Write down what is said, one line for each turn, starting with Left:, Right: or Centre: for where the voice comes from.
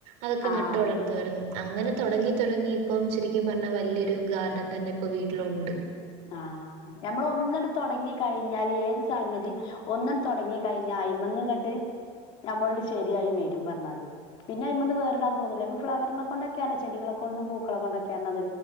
Right: അതൊക്കെ
Left: ആഹ്
Right: നട്ട്
Left: അതന്നെ
Right: <unintelligible> അങ്ങനെ തൊടങ്ങി തുടങ്ങി ഇപ്പം ശരിക്കും പറഞ്ഞാ വല്ല്യൊരു ഗാർഡൻ തന്നെ ഇപ്പൊ വീട്ടിലുണ്ട്
Left: ആഹ് ഞമ്മള് ഒന്നിട് താെടങ്ങി കഴിഞ്ഞാല് ഏത് സംഗതിം ഒന്നൺ തൊടങ്ങി കഴിഞ്ഞാ അയിമന്ന്ങ്ങട്ട് നമ്മളൺ ശരിയായി വരും പറഞ്ഞാതിരി പിന്നെ ഐമ്മന്ന് വേറ്ടാൻ തോന്നൂല്ല ഈ ഫ്ലവറിനെ കൊണ്ടെക്കെയാണ് ചെടികളെ കൊണ്ടും പൂക്കളെ കൊണ്ടൊക്കെയർഞാ അത്